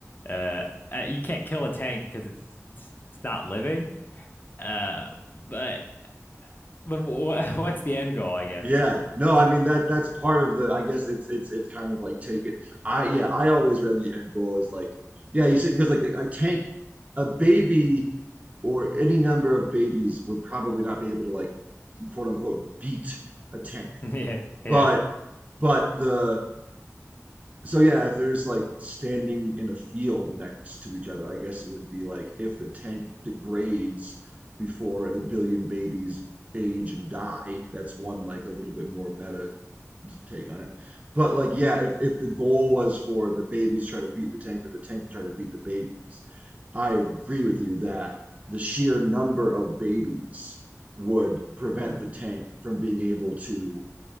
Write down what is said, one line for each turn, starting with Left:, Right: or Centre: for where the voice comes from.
Left: Uh, uh, you can't kill a tank because it's it's it's not living. Uh, but but wh- <laughs> what's the end goal, I guess?
Right: Yeah, no, I mean that that's part of the I guess it's it's it's kind of like take it. I yeah, I always read the end goal as like yeah, you see because like I tank a baby or any number of babies would probably not be able to like quote unquote beat a tank.
Left: <laughs> Yeah,
Right: But but the so yeah, if they're just like standing in a field next to each other, I guess it would be like if the tank degrades before the billion babies age and die, that's one like a little bit more meta take on it. But like, yeah, if, if the goal was for the babies try to beat the tank or the tank try to beat the babies, I agree with you that the sheer number of babies would prevent the tank from being able to